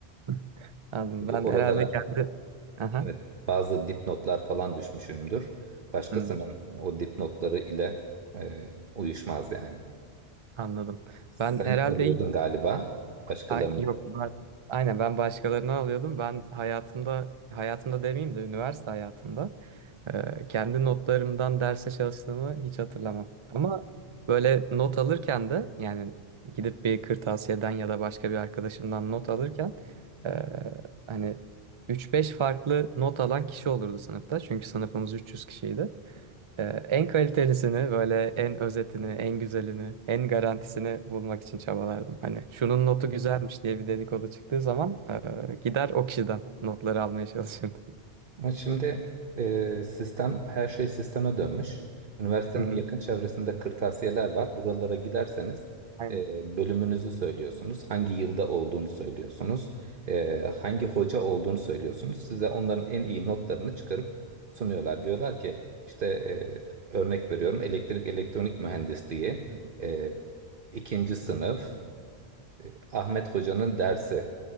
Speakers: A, on the right; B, on the right.
A: <laughs> Anladım.
B: Çünkü
A: Ben
B: oralara
A: herhalde kendi... Aha.
B: evet bazı dipnotlar falan düşmüşümdür. Başkasının
A: Hmm,
B: o dipnotları ile e, uyuşmaz yani.
A: Anladım. Ben
B: Sen
A: herhalde
B: alıyordun galiba başkalarının.
A: Ay, yok ben aynen ben başkalarını alıyordum. Ben hayatımda hayatımda demeyeyim de üniversite hayatımda e, kendi notlarımdan derse çalıştığımı hiç hatırlamam. Ama böyle not alırken de yani gidip bir kırtasiyeden ya da başka bir arkadaşımdan not alırken e, hani üç beş farklı not alan kişi olurdu sınıfta. Çünkü sınıfımız 300 kişiydi. Ee, en kalitelisini, böyle en özetini, en güzelini, en garantisini bulmak için çabalardım. Hani şunun notu güzelmiş diye bir dedikodu çıktığı zaman e, gider o kişiden notları almaya çalışırdım.
B: Ama şimdi e, sistem her şey sisteme dönmüş. Üniversitenin
A: Hı hı.
B: yakın çevresinde kırtasiyeler var. Buralara giderseniz
A: Aynen.
B: e, bölümünüzü söylüyorsunuz. Hangi yılda olduğunu söylüyorsunuz. e, hangi hoca olduğunu söylüyorsunuz. Size onların en iyi notlarını çıkarıp sunuyorlar. Diyorlar ki işte e, örnek veriyorum elektrik elektronik mühendisliği
A: Hı hı.
B: e, ikinci sınıf e, Ahmet Hoca'nın dersi.